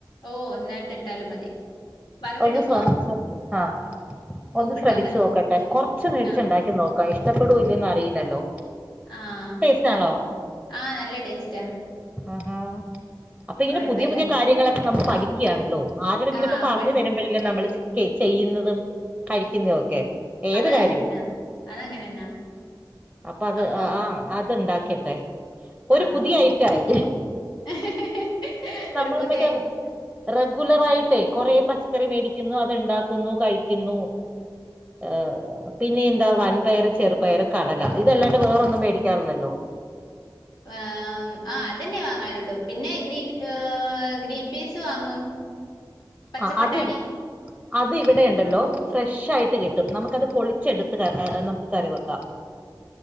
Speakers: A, on the left (about 65°); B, in the centre.
A: ഓഹ് ഒന്നായിട്ട് ഇട്ടാലും മതി വറവിടുമ്പോ
B: ഒന്ന് ശ്രമിച്ചോ ആഹ് ഒന്ന്
A: ഉപ്പിട്ടാ
B: ശ്രമിച്ചു
A: മതി
B: നോക്കട്ടെ കൊറച്ച് മേടിച്ചുണ്ടാക്കി
A: ആഹ്
B: നോക്കാം ഇഷ്ടപ്പെടൂല്ലെയന്ന് അറിയില്ലല്ലോ
A: ആഹ്
B: ഇഷ്ട്ടാണോ
A: ആഹ് നല്ല ടേസ്റ്റാ
B: ആഹ് ആഹ് അപ്പോ ഇങ്ങനെ
A: കൊഴപ്പല്ല
B: പുതിയ പുതിയ കാര്യങ്ങളൊ നമ്മൾ പഠിക്കുകണല്ലോ ആരുടെങ്കിലൊക്കെ
A: ആഹ്
B: പറഞ്ഞു
A: പ
B: തരുമ്പോഴല്ലേ നമ്മള് ചെയ് ചെയ്യുന്നതും കഴിക്കുന്നതും ഒക്കെ ഏത്
A: അതങ്ങനെ
B: കാര്യവും
A: തന്നാ അതങ്ങനെന്നാ
B: അപ്പ അത്
A: അപ്പം
B: ആ ആഹ് അത് ഉണ്ടാക്കിയട്ടെ ഒരു
A: ആഹ്
B: പുതിയ ഐറ്റായി
A: <unintelligible>
B: നമ്മള
A: ഒരു പുതിയ
B: മറ്റാ
A: ഐറ്റ്
B: റെഗുലർ ആയിട്ടെയ് കൊറെേ പച്ചക്കറി മേടിക്കുന്നു അത്ണ്ടാക്കുന്നു കഴിക്കുന്നു ആഹ് പിന്നെ എന്താ വൻപയർ ചെറുപയർ കടല ഇതല്ലാണ്ട് വേറൊന്നും മേടിക്കാറില്ലല്ലോ?
A: ആഹ് ആഹ് അതന്നെ വാങ്ങാലുള്ളൂ പിന്നെ ഗ്രീൻ ഗ്രീൻ പീസ് വാങ്ങും പച്ചപ്പട്ടാണി
B: ആഹ് അതിൽ അത് ഇവിടെ ഉണ്ടല്ലോ ഫ്രഷ് ആയിട്ട് കിട്ടും നമുക്കത് പൊളിച്ചെടുത്ത് നമുക്ക് കറി വെക്കാ